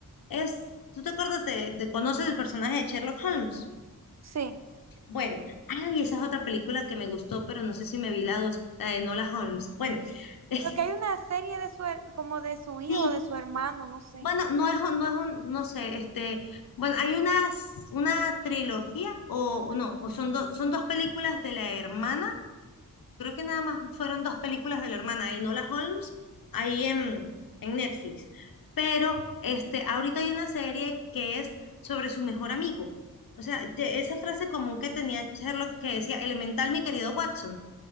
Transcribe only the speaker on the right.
Sí.
Pero que hay una serie de su, her- como de su hijo,
de su hermano, no sé.